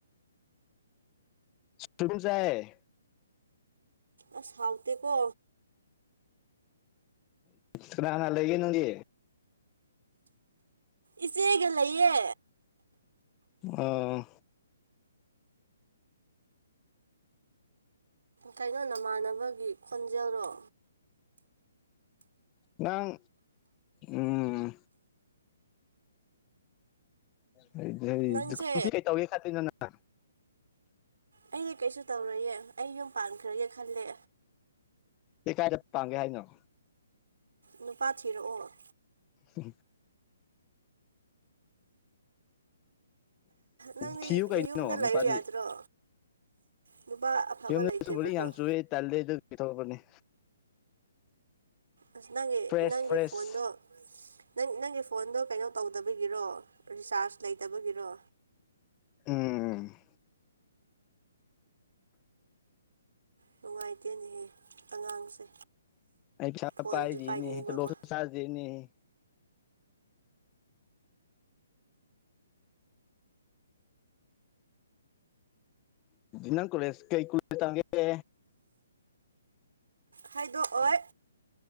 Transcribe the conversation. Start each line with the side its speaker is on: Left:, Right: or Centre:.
Left: ꯁꯣꯏꯕꯨꯝ ꯆꯥꯏꯌꯦ
Right: ꯑꯁ ꯍꯥꯎꯇꯦꯀꯣ
Left: ꯀꯅꯥ ꯀꯅꯥ ꯂꯩꯒꯦ ꯅꯪꯗꯤ
Right: ꯏꯆꯦꯒ ꯂꯩꯌꯦ
Left: ꯑꯥ
Right: ꯀꯩꯅꯣ ꯅꯃꯥꯟꯅꯕꯒꯤ ꯈꯣꯟꯖꯦꯜꯔꯣ
Left: ꯅꯪ ꯎꯝ ꯍꯥꯏ
Right: ꯅꯪꯁꯦ
Left: ꯁꯤꯀꯩꯇꯧꯒ‌ꯦ ꯀꯠꯇꫭꯏꯅꫭ ꯅꯪ
Right: ꯑꯩꯗꯤ ꯀꯩꯁꯨ ꯇꯧꯔꯣꯏꯌꯦ ꯑꯩ ꯌꯨꯝ ꯄꯥꯟꯈ꯭ꯔꯒꯦ ꯈꯜꯂꯦ
Left: ꯂꯤꯀꯥꯏꯗ ꯄꯥꯥꯡꯒꯦ ꯍꯥꯏꯅꫭ
Right: ꯅꯨꯄꯥ ꯊꯤꯔꯛꯑꯣ
Left: ꯍꯝ ꯍꯝ
Right: ꯅꯪꯗꯤ
Left: ꯊꯤꯌꯨ ꯀꯩꯅꯣ
Right: ꯌꯨꯝꯗ
Left: ꯅꯨꯄꯥꯗꯤ
Right: ꯂꯩꯌꯨ ꯌꯥꯗ꯭ꯔꯣ ꯅꯨꯄꯥ ꯑꯐꯕ
Left: ꯌꯨꯝꯗ
Right: ꯂꯩꯇꯦꯕꯀꯣ
Left: ꯆꯨꯕꯗꫭ ꯌꯥꯝ ꯌꯨꯏꯌ‌ꯦ ꯇꯜꯂ‌ꯦ ꯑꯗꯨꯒꯤ ꯊꫭꯛꯂꯛꯄꯅ‌ꯦ
Right: ꯑꯁ ꯅꯪꯒꯤ
Left: ꯐ꯭ꯔꯦꯁ
Right: ꯅꯪꯒꯤ
Left: ꯐ꯭ꯔꯦꯁ
Right: ꯐꯣꯟꯗꯣ ꯅꯪ ꯅꯪꯒꯤ ꯐꯣꯟꯗꯣ ꯀꯩꯅꯣ ꯇꯧꯗꯕꯒꯤꯔꯣ ꯔꯤꯆꯥꯔꯖ ꯂꯩꯇꯕꯒꯤꯔꯣ
Left: ꯎꯝ
Right: ꯅꯨꯡꯉꯥꯏꯇꯦꯅꯦꯍꯦ ꯑꯉꯥꯡꯁꯦ
Left: ꯑꯩ ꯄꯩꯁ
Right: ꯐꯣꯟꯁꯨ
Left: ꯄꯥꯏꯗꯤꯍ‌ꯦ
Right: ꯄꯥꯏꯅꯤꯡꯕꯀꯣ
Left: ꯇꫭꯂꫭꯞꯁꯨ ꯆꯥꯗ‌ꯦꯅ‌ꯦꯍ‌ꯦ ꯅꯪ ꯀꫭꯂꯦꯁ ꯀꯩ ꯀꯨꯂ‌ꯦꯁ ꯇꯝꯒꯦ
Right: ꯍꯥꯏꯗꯣꯛꯑꯣꯏ